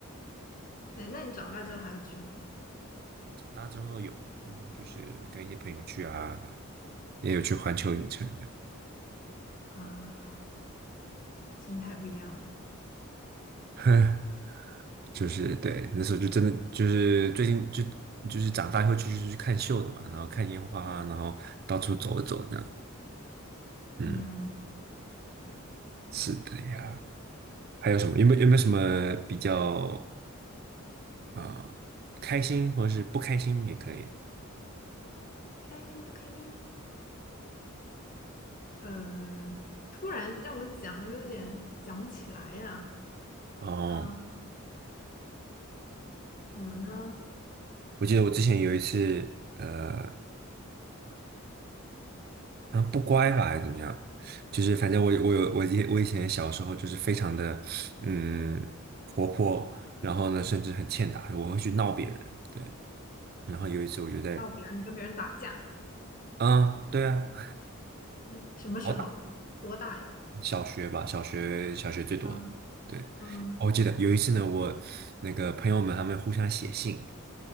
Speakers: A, on the left (about 40°); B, on the right (about 45°).
A: 那那你长大之后还有去吗？
B: 长大之后有有就是跟一些朋友去啊，然后也有去环球影城
A: 啊，心态不一样了。
B: 这样，<laughs> 就是对，那时候就真的就是最近就就是长大以后去就是去看秀的嘛，然后看烟花啊然后到处走一走这样。嗯，
A: 嗯，对，
B: 是的呀。还有什么？有没有有没有什么比较？啊，开心或者是不开心也可以。
A: 开心不开心？呃，突然让我讲，我有点讲不起来呀。
B: 哦，
A: 嗯、呃什么呢？
B: 我记得我之前有一次，呃，然后不乖吧，还是怎么样？就是反正我我有我以我以前小时候就是非常的嗯活泼，然后呢甚至很欠打，我会去闹别人。对，然后有一次我就在
A: 闹别人，你跟别人打架，
B: 嗯对啊，
A: 嗯什么时候啊？
B: 好打，
A: 多大呀？
B: 小学吧，小学小学最多。
A: 嗯
B: 对，
A: 嗯
B: 我记得有一次呢，我那个朋友们他们互相写信，